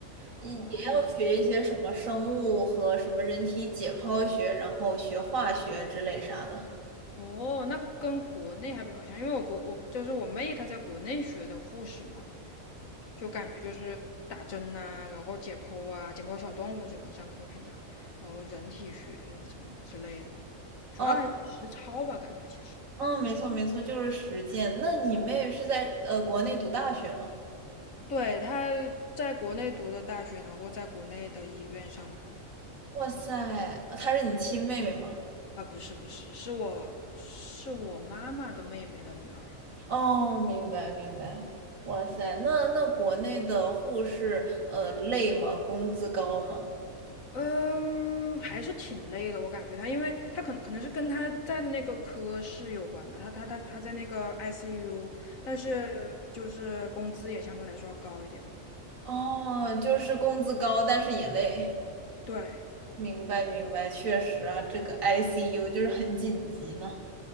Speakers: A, on the right; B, on the left.
A: 也也要学一些什么生物和什么人体解剖学，
B: 哦，
A: 然后学化学之类啥的。
B: 哦，那跟国内还比较像，因为我国我就是我妹她在国内学的护士嘛，就感觉就是打针呐、然后解剖啊，解剖小动物什么，上课平常，然后人体学什么之类的，主要还是实操吧，
A: 哦，
B: 感觉其实。
A: 嗯，没错没错，就是实践。那你妹是在呃国内读大学吗？
B: 对，他在国内读的大学，然后在国内的医院上班。
A: 哇塞，她是你亲妹妹吗？
B: 啊，不是不是，是我是我妈妈的妹妹的女儿。
A: 哦，明白明白。哇塞，那那国内的护士呃累吗？工资高吗？
B: 嗯，还是挺累的，我感觉她，因为她可能可能是跟她在的那个科室有关吧，她她她她在那个 ICU，但是就是工资也相对来说要高一点嘛。
A: 哦，就是工资高，但是也累。
B: 对
A: 明白明白，确实啊，这个 ICU 就是很紧急呢。